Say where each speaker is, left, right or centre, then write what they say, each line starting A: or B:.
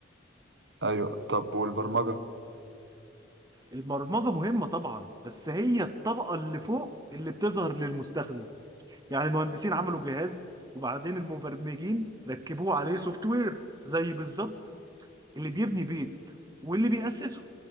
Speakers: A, on the right; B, on the right.
A: أيوة طب والبرمجة
B: البرمجة مهمة طبعا بس هي الطبقة اللي فوق اللي بتظهر للمستخدم يعني المهندسين عملوا جهاز وبعدين المبرمجين ركبوه عليه سوفت وير زي بالظبط اللي بيبني بيت واللي بيأسسه